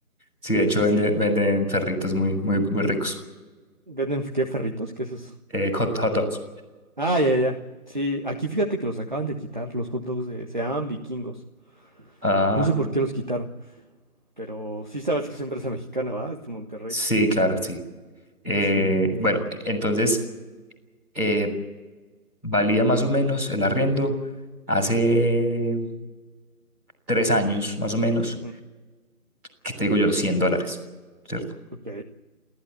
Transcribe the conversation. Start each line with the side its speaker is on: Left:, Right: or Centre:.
Centre: sí,
Right: Sí,
Centre: de hecho
Right: sí,
Centre: venden,
Right: sí.
Centre: venden perritos muy, muy, muy ricos.
Right: ¿Venden qué ferritos? ¿Qué es eso?
Centre: Eh, hot, hot dogs.
Right: Ah, ya, ya. ya. Sí, aquí fíjate que los acaban de quitar, los hot dogs de... Se llaman vikingos.
Centre: Ah,
Right: No sé por qué los quitaron, Pero sí sabes que es empresa mexicana, ¿va? Es de Monterrey.
Centre: sí, claro, sí. Eh,
Right: sí, no
Centre: bueno,
Right: sé.
Centre: e-, entonces eh, valía más o menos el arriendo hace tres años, más o menos,
Right: Ujú,
Centre: que te digo yo, 100 dólares, ¿cierto?
Right: Ok,